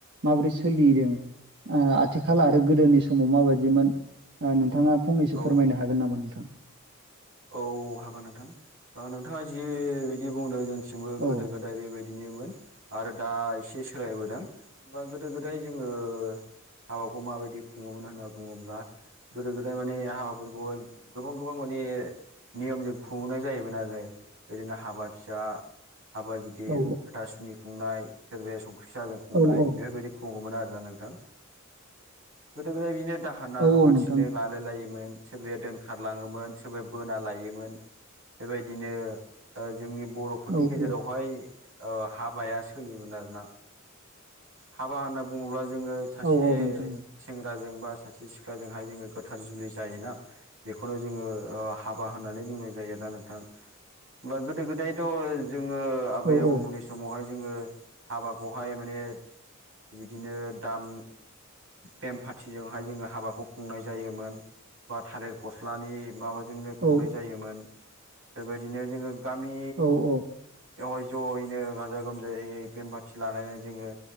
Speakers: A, on the right; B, on the right.
A: माबोरै सोलिदों आथिखाल आरो गोदोनि समाव माबायदिमोन। नोंथाङा फंनैसो
B: औ
A: फोरमायनो हागोन नामा नोंथां।
B: औ हागोन नोंथां नोंथाङा जिबायदि बुंदों जोंथिंबो
A: औ
B: गोदो गोदाय बेबायदि बिदिनोमोन आरो दा एसे सोलायबोदों हबा गोदो गोदाय जोङो हाबाखौ माबायदि खुङोमोन होनना बुङोब्ला गोदो गोदाय माने हाबाफोरखौहाय गोबां गोबां माने नियमजों खुंनाय जायोमोन आरो ओदिनो हाबा फिसा हाबा गिदिर गिदिर
A: औ
B: हाथा सुनि खुंनाय सोरबाया संख्रि साहाजों खुंनाय
A: औ औ
B: बेफोरबायदि खुगौमोन आरोना नोंथां गोदो गोदाय बिदिनो दाहोना
A: औ
B: रुवाथिनो
A: औ नोंथां
B: लालाय लायोमोन सोरबाया दोनखारलाङोमोन सोरबाया बोना लायोमोन बेबायदिनो जोंनि बर'फोरनि
A: औ
B: गेजेरावहाय
A: औ
B: हाबाया सोलियोमोन आरोना हाबा होनना बुङोब्ला जोङो। सासे
A: औ औ नोंथां
B: सेंग्राजों बा सासे सिख्लाजोंहाय जोङो गोथार जुलि जायोना बेखौनो जोङो हाबा होननानै बुंनाय जायो दा नोंथां हब्ला गोदो गोदायथ' जोङो आबै
A: औ
B: आबौमोननि
A: औ
B: समावहाय जोङो हाबाखौहाय माने बिदिनो दाम बेम फारथिजोंहाय जोङो हाबाखौ खुंनाय जायोमोन। बा थालेर फस्लानि माबाजोंनो खुंनाय
A: औ
B: जायोमोन बेबायदिनो जोङो गामि
A: औ औ
B: बेवहाय जयैनो गाजा गोमजायै बेम बाथि लानानै जोङो